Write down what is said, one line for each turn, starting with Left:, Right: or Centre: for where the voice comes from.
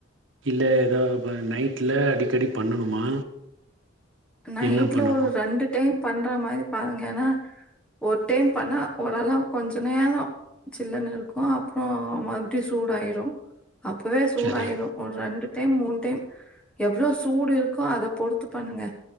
Right: இல்ல ஏதாவது நைட்ல அடிக்கடி பண்ணணுமா
Centre: நைட்ல
Right: என்ன பண்ணணு
Centre: ஒரு ரெண்டு டைம் பண்ற மாரி பாருங்க ஏன்னா ஒரு டைம் பண்ணா ஓரளவுக் கொஞ்ச நேரோ சில்லுன்னு இருக்கு அப்புறொ மறுபடியு சூடாயிரு அப்பவே சூடாயிரு
Right: சரி
Centre: ஒரு ரெண்டு டைம் மூணு டைம் எவ்ளோ சூடு இருக்கோ அத பொறுத்து பண்ணுங்க